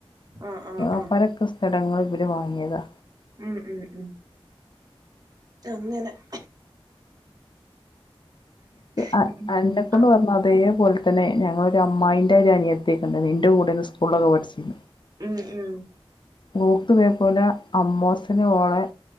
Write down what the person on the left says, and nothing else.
എളാപ്പരൊക്കെ
ഇടങ്ങൾ ഇവർ വാങ്ങിയതാ
ആ
അന്നേ കൊണ്ട്
പറഞ്ഞു അതേ <unintelligible> അ തന്ന ഞങ്ങളൊ അമ്മായിൻ്റെ അനിയത്തേക്കുണ്ട് നിൻ്റെ കൂടെന്ന് സ്കൂളൊക്കെ പഠിച്ച
<unintelligible> പോലെ അമ്മോസനെ ഓള